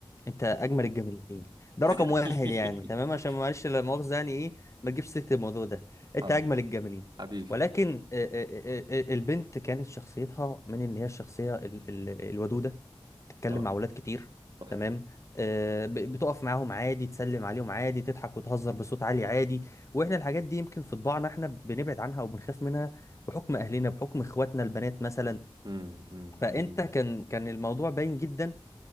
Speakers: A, on the left; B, on the right.
A: انت اجمل الجميلين ده رقم
B: <laughs>
A: واحد يعني تمام عشان معلش لا مؤاخذه يعني ايه ما تجيبش سيره الموضوع ده
B: حاضر
A: انت اجمل الجميلين
B: حبيبي
A: ولكن آه، آه، آه، آه، آه، البنت كانت شخصيتها من ان هي الشخصيه ال- ال- الودوده تتكلم
B: اه
A: مع ولاد كتير
B: صح
A: تمام آه، ب- بتقف معاهم عادي تسلم عليهم عادي تضحك وتهزر بصوت عالي عادي واحنا الحاجات دي يمكن في طباعنا احنا بنبعد عنها او بنخاف منها بحكم اهلنا بحكم اخواتنا البنات مثلا
B: أمم، أمم،
A: فانت
B: أمم.
A: كان كان الموضوع باين جدا